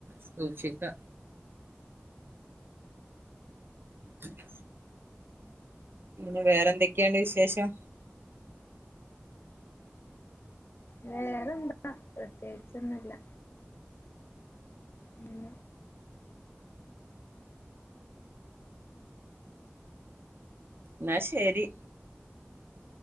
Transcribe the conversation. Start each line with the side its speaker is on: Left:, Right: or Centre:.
Right: സൂക്ഷി ആ തക് യു <inaudible> വേറെന്തൊക്കെയണ്ട് വിശേഷം?
Left: വേറെന്താ പ്രത്യേകിച്ചൊന്നുല്ല. ഉം
Right: ന്നാ ശരി.